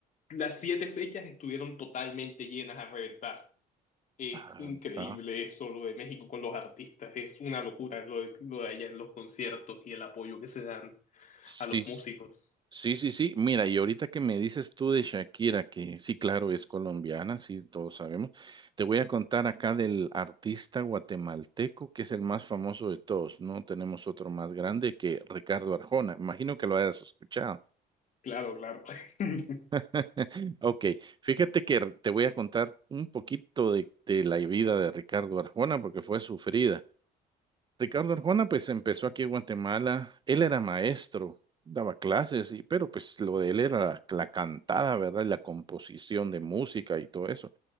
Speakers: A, on the left; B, on the right.
A: las siete fechas estuvieron totalmente llenas a reventar. Es
B: Ah,
A: increíble
B: ah,
A: eso, lo de México con los artistas, es una locura lo de, lo de allá en los conciertos y el apoyo que se dan
B: sí.
A: a los músicos.
B: Sí, sí, sí. Mira, y ahorita que me dices tú de Shakira, que sí, claro, es colombiana, sí, todos sabemos. Te voy a contar acá del artista guatemalteco, que es el más famoso de todos, ¿no? Tenemos otro más grande que Ricardo Arjona. Imagino que lo hayas escuchado.
A: Claro, claro. <laughs>
B: <laughs> Ok, fíjate que te voy a contar un poquito de, de la vida de Ricardo Arjona, porque fue sufrida. Ricardo Arjona pues empezó aquí en Guatemala, él era maestro, daba clases, y, pero pues lo de él era la, la cantada, ¿verdad? Y la composición de música y todo eso.